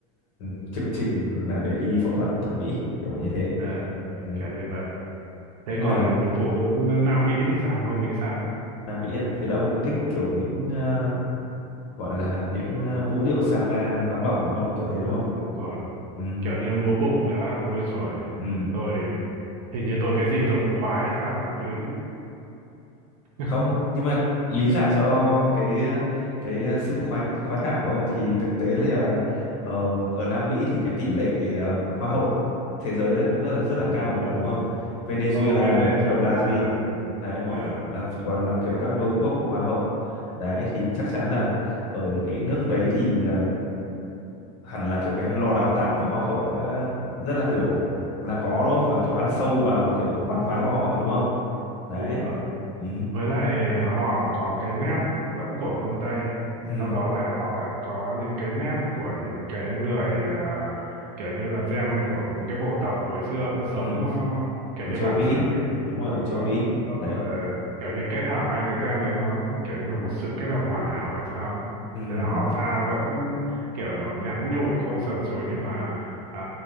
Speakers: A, on the left (about 55°); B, on the right (about 85°).
A: ừm, chương trình là để đi phẫu thuật thẩm mỹ kiểu như thế.
B: ờ, ờ,
A: Ừm,
B: kiểu như vậy. thế
A: Nhưng mà
B: còn phụ nữ Nam Mỹ thì sao ông nghĩ sao
A: Nam Mỹ à, thế là ông cũng thích kiểu những ờ, gọi là những
B: Đó,
A: ờ, vũ điệu samba nóng bỏng đúng không?
B: đúng
A: Kiểu
B: rồi
A: thế đúng
B: đúng rồi
A: không?
B: kiểu như múa bụng nữa ôi rồi
A: Ừ,
B: tôi hình như tôi cái gì tôi cũng khoái sao ấy, cứ <laughs>
A: không nhưng mà lý giải cho cái cái sự khoái khoái cảm của ông thì thực tế là ờ, ở Nam Mỹ thì cái tỷ lệ ờ, hoa hậu thế giới là cũng rất là, rất là
B: Ừ,
A: cao
B: đúng
A: mà
B: rồi
A: đúng không Venezuela
B: có Venezuela
A: này với cả Brazil
B: đúng rồi
A: đấy đúng
B: ờ
A: không là còn là kiểu
B: đấy
A: các vương quốc của hoa hậu đấy thì chắc chắn là ở những cái nước đấy thì ờ, hẳn là kiểu cái lò đào tạo về hoa hậu đã rất là kiểu
B: ừ,
A: là có đúng không và kiểu ăn sâu vào
B: đúng rồi
A: kiểu văn hóa của họ rồi đúng không đấy
B: đúng rồi
A: ừ
B: với lại à, họ có cái nét vẫn của phương Tây
A: ừ
B: sau đó lại họ lại có những cái nét của những cái người à, kiểu như là gen của những cái bộ tộc hồi xưa vẫn sống
A: ừ
B: ờ, kiểu
A: của
B: như
A: châu
B: bản
A: Mỹ
B: xứ ấy.
A: đúng rồi của
B: đúng
A: châu
B: rồi
A: Mỹ
B: sau
A: đấy
B: rồi ờ, kiểu như kết hợp hai cái gen đấy nó kiểu như là một sự kết hợp hoàn hảo hay sao ấy
A: ừ,
B: thế là họ da vẫn kiểu nhẵn nhụi không sần sùi nhưng mà à,